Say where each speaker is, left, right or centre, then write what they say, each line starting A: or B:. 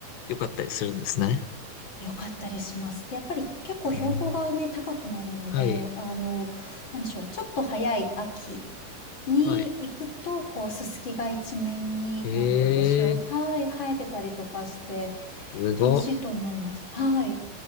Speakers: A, on the left; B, on the left.
A: 良かったりするんですね。
B: 良かったりします。で、やっぱり結構標高がね、
A: えー
B: 高くなるので、
A: はい、
B: あの、なんでしょう、ちょっと早い秋に行くと、
A: はい。
B: こう、ススキが一面に、
A: ええ
B: なんて言うんでしょう、はい、生えてたりとかして、
A: すごっ。
B: 楽しいと思います。はい。